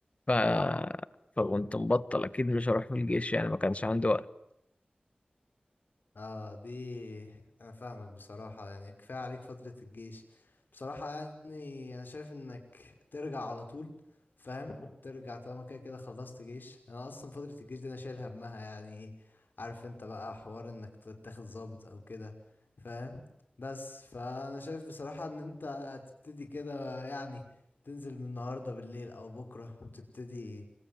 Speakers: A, on the left; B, on the left.
A: ف فكنت مبطل اكيد مش هروح في الجيش يعني ما كانش عندي وقت
B: اه دي انا فاهمك بصراحة يعني كفاية عليك فترة الجيش بصراحة يعني انا شايف انك ترجع على طول فاهم ترجع طالما كده كده خلصت جيش انا اصلا فترة الجيش دي انا شايل همها يعني عارف انت بقى حوار انك تتاخد ضابط او كده فاهم بس فانا شايف بصراحة ان انت تبتدي كده يعني تنزل من النهاردة بالليل او بكرة وتبتدي